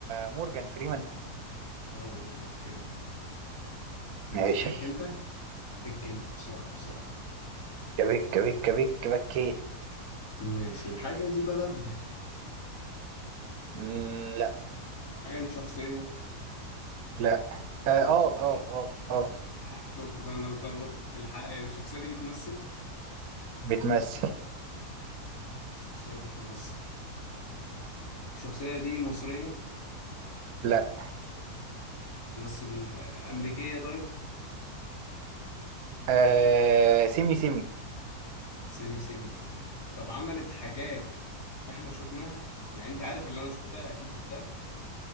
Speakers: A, on the right; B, on the left.
A: مورجان فريمان؟
B: هو مورجان فريمان ماشي
A: ماشي
B: بك انت بك انت بسرعة بسرعة
A: كبك كبك كبك كبك بكيت
B: ماشي الحاجة دي بلد
A: مم، لا
B: الحاجة دي شخصية
A: لا اه اه
B: الح...
A: اه اه آه.
B: الحق شفت بقى انا بتلخبط الحق الشخصية دي بتمثل
A: بتمثل
B: الشخصية بتمثل الشخصية دي مصرية
A: لا
B: بتمثل آه، أمريكية طيب
A: آه سيمي سيمي
B: سيمي سيمي طب عملت حاجات احنا شفناها يعني انت عارف اللي انا شفتها اكيد شفتها